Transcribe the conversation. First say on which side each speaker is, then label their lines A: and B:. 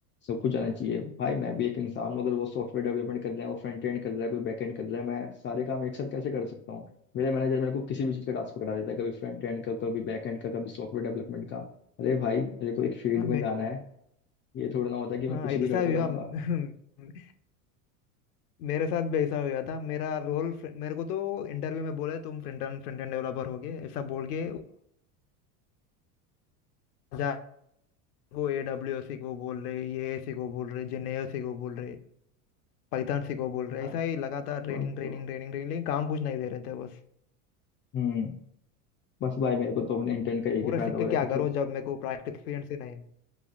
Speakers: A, on the left (about 30°); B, on the left (about 90°).
A: सब कुछ आना चाहिए भाई मैं भी एक इंसान हूँ अगर वो सॉफ्टवेयर डेवलपमेंट कर रहा है वो फ्रंट एंड कर रहा है कोई बैक एंड कर रहा है मैं सारे काम एक साथ कैसे कर सकता हूँ मेरा मैनेजर मेरे को किसी भी चीज़ का टास्क पकड़ा देता है कभी फ्रंट एंड का कभी बैक एंड का कभी सॉफ्टवेयर डेवलपमेंट का अरे भाई मेरे को एक फील्ड
B: हाँ मैं
A: में जाना है ये थोड़ा ना होता है कि
B: हाँ
A: मैं कुछ
B: ऐसा
A: भी करता
B: भी
A: रहूंगा
B: हुआ <laughs> मेरे साथ भी ऐसा हुआ था मेरा रोल मेरे को तो इंटरव्यू में बोला तुम फ्रंट एंड फ्रंट एंड डेवलपर हो गए ऐसा बोल के जा को ए डब्ल्यू सी को बोल रहे ये सी को बोल रहे जेनेओ सी को बोल रहे पाइथन सी को बोल रहे
A: हाँ
B: ऐसा ही लगातार
A: वही
B: ट्रेनिंग ट्रेनिंग
A: तो
B: ट्रेनिंग ट्रेनिंग लेकिन काम कुछ नहीं दे रहे थे बस
A: हम्म बस भाई मेरे को तो अपने इंटर्न का एक
B: पूरा
A: ही फायदा
B: सीख
A: हो
B: के
A: रहा
B: क्या
A: है कि
B: करूं
A: तो
B: जब मेरे को प्रैक्टिकल एक्सपीरियंस ही नहीं